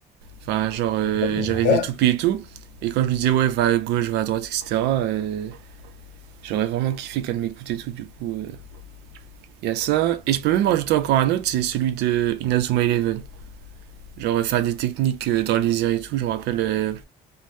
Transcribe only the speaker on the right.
Enfin, genre, euh,
j'avais
des toupies et tout, et quand je lui disais, ouais, va à gauche, va à droite, etc., euh, j'aurais vraiment kiffé qu'elle m'écoute et tout, du coup, il euh, y a ça. Et je peux même rajouter encore un autre, c'est celui de Inazuma Eleven. Genre, euh, faire des techniques euh, dans les airs et tout, je me rappelle. euh,